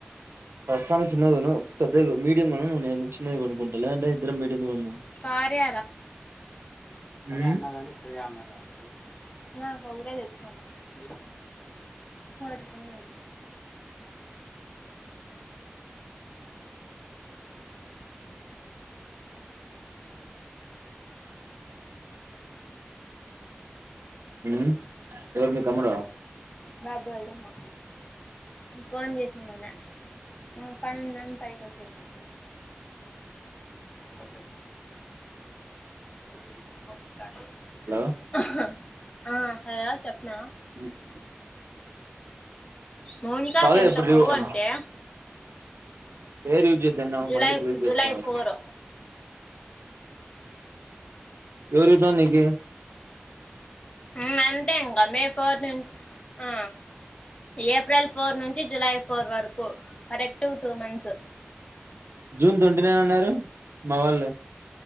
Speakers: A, on the right (about 80°); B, on the left (about 25°).
A: ప్రస్తుతాన్కి చిన్నది కొనూ, పెద్దగా మీడియం కొనూ, నేను చిన్నది కొనుకుంటా, లేదంటే ఇద్దరుం మీడియమే కొందాం.
B: కార్య
A: ఉమ్
B: అన్న గానీ, ప్రియ అన్న గానీ. నాకోగరే తెచ్చుకున్న పడుతుందండి.
A: ఉహ్ ఎవరు మీ తమ్ముడా.
B: రాగ్వెల్దామా ఫోన్ జేసున్నాన ఆ పనుందని పైకొచ్చేసి పొద్దు పొద్దున్నే వెళ్ళిపోతే సాయంత్రం
A: హలో
B: అహ్ అ హలో చెప్మే
A: ఊర్కి
B: మౌనికాకి
A: కాలేజ్
B: ఎంత
A: ఎప్పుడు రీఓపెను
B: కొవ్వు అంటే
A: పేర్ యూస్ చేయొద్దన్నావ్
B: జూలై
A: మల్లిప్పుడు యూస్ జెస్తా
B: జూలై
A: ఉన్నావ్
B: ఫోర్
A: ఎవర్ చెప్పినార్ నీకు
B: హ్మ్ అంతే ఇంకా మే ఫోర్ నుంచి ఆ ఏప్రెల్ ఫోర్ నుంచి July four work correct two months
A: June twenty nine అన్నారు మా వాళ్ళు